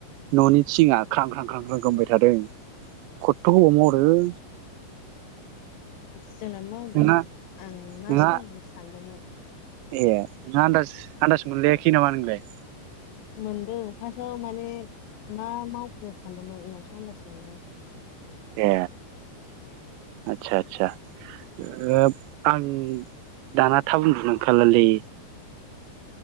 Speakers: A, on the right (about 90°); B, on the left (about 70°).
A: न'नि थिंङा ख्रां ख्रां ख्रां ख्रां खोमबाय थादों खथथ' गोबाव मावदों।
B: जोंनाबो मावदों
A: नोंहा
B: आं मा
A: नोंहा
B: सोमावदोंसो सानदोंमोन।
A: ए नोंहा आनदास आदास मोनलखै नामा नोंलाय?
B: मोनदों फार्स्टआव माने मा मावखो सानदोंमोन उनावसो आन्दाज मोनदों।
A: ए आस्सा आदसा ओ आं दाना थाब उन्दुनो ओंखारलालै।